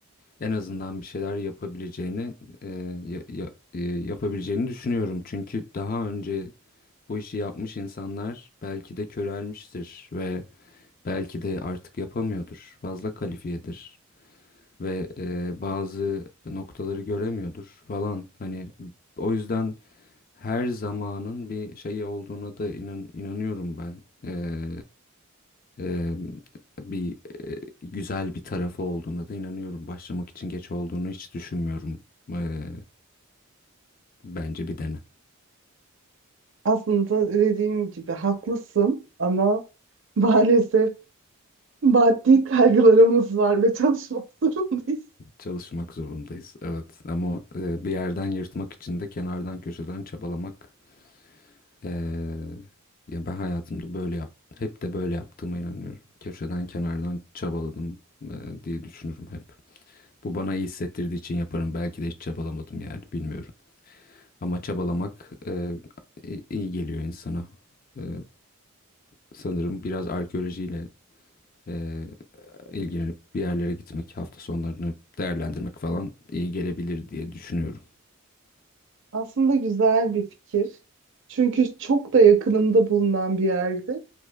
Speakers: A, on the left; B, on the right.
A: en azından bir şeyler yapabileceğini eee, ya- ya- eee, yapabileceğini düşünüyorum. Çünkü daha önce bu işi yapmış insanlar belki de körelmiştir ve belki de artık yapamıyordur. Fazla kalifiyedir ve e, bazı noktaları göremiyordur falan. Hani o yüzden her zamanın bir şeyi olduğuna da inan, inanıyorum ben. E, e, bir e, güzel bir tarafı olduğuna da inanıyorum. Başlamak için geç olduğunu hiç düşünmüyorum. E, bence bir dene.
B: Aslında dediğim gibi haklısın ama maalesef maddi kaygılarımız var ve çalışmak <laughs> zorundayız.
A: Çalışmak zorundayız. Evet ama e, bir yerden yırtmak için de kenardan köşeden çabalamak Ee, ya ben hayatımda böyle yaptım. Hep de böyle yaptığıma inanıyorum. Köşeden kenardan çabaladım e, diye düşünürüm hep. Bu bana iyi hissettirdiği için yaparım. Belki de hiç çabalamadım yani bilmiyorum. Ama çabalamak e, i- iyi geliyor insana. E, sanırım biraz arkeolojiyle e, ilgilenip bir yerlere gitmek, hafta sonlarını değerlendirmek falan iyi gelebilir diye düşünüyorum.
B: Aslında güzel bir fikir. Çünkü çok da yakınımda bulunan bir yerde